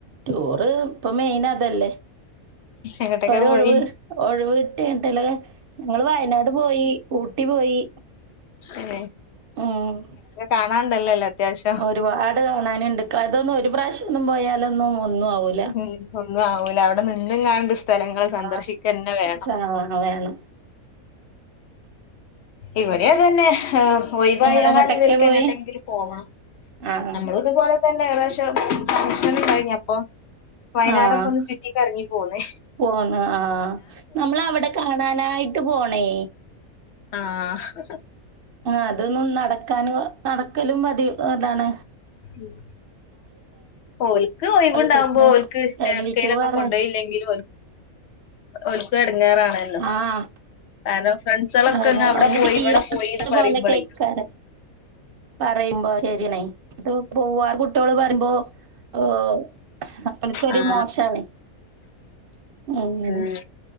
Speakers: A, on the right (about 55°); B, on the left (about 65°).
A: ടൂറ് ഇപ്പൊ മെയിൻ അതല്ലേ.
B: എങ്ങട്ടൊക്കെ
A: ഒരൊഴിവ്
B: പോയി
A: ഒഴിവ് കിട്ടിയാതല്ലെ ഞങ്ങള് വയനാട് പോയി ഊട്ടി പോയി.
B: ഏഹ്
A: ഉം
B: കാണാണ്ടല്ലല്ലോ അത്യാവശ്യം
A: ഒരുപാട് കാണാനുണ്ട് അതൊന്നും ഒരു പ്രാവശ്യം ഒന്നും പോയാലൊന്നും ഒന്നും ആവില്ല
B: ഉം ഒന്നും ആവൂല അവിടെ നിന്നും കാണ്ട് സ്ഥലങ്ങൾ സന്ദർശിക്കന്നെ
A: ആഹ്.
B: വേണം
A: സാ വേണം.
B: ഇവിടെയാതന്നെ ആഹ് ഒയിവയാൽ
A: നിങ്ങളെങ്ങട്ടൊക്കെയാ
B: ഇവർക്ക്
A: പോയെ?
B: എങ്ങോട്ടെങ്കിലും പോകണം
A: ആഹ്
B: നമ്മൾ ഇതുപോലെ തന്നെ ഒരുപ്രാവശ്യം ഫഗ്ഷൻ കഴിഞ്ഞ അപ്പൊ വയനാടൊക്കെ
A: ആഹ്
B: ഒന്ന് ചുറ്റി കറങ്ങി പോന്നേ
A: പോന്ന് ആഹ് നമ്മള അവിടെ കാണാനായിട്ട് പോണേ
B: ആഹ്
A: അതൊന്നും നടക്കാനും നടക്കലും മതി അതാണ്
B: ഉം ഓൽക്ക് ഒഴിവ്ണ്ടാവുമ്പോ
A: വീട്ട്ന്ന്
B: ഓക്ക്
A: ഫാമിലി
B: എങ്ങോട്ട്
A: ടൂറായി.
B: ലെക്കെ കൊണ്ടുപോയില്ലെങ്കിലും ഒൽക്ക എടങ്ങെറാണ്
A: ആഹ്.
B: കാരണം ഫ്രണ്ട്സൊക്കെ
A: അങ്ങനെ
B: അവിടെ
A: പിന്നെ
B: പോയി
A: തീരെ
B: ഇവിടെ പോയിന്ന് പറയുമ്പോഴേ
A: പോലൊക്കേക്കാരം. പറയുമ്പോ ശരിയാണെ പോവാ ആഹ് കുട്ടികള് പറയുമ്പോ ഓ അപ്പൾക്ക ഒരു
B: ആ
A: മോശണെ അങ്ങനെ
B: ഉം